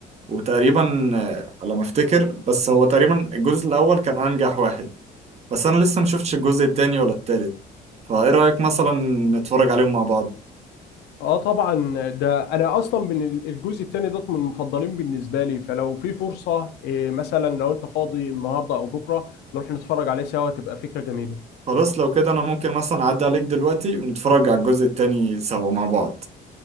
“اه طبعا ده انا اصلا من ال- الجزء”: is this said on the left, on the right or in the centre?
Left